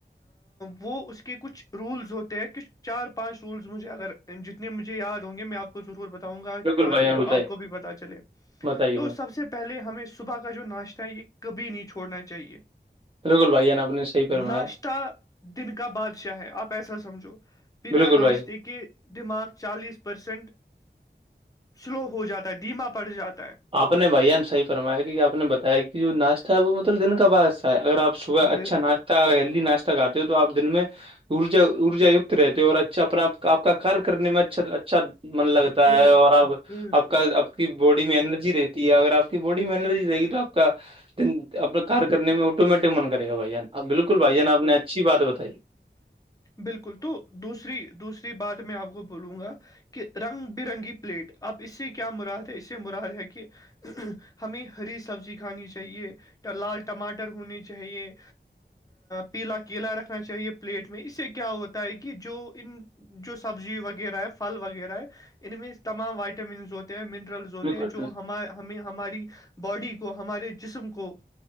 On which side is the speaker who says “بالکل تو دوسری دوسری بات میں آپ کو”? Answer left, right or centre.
Left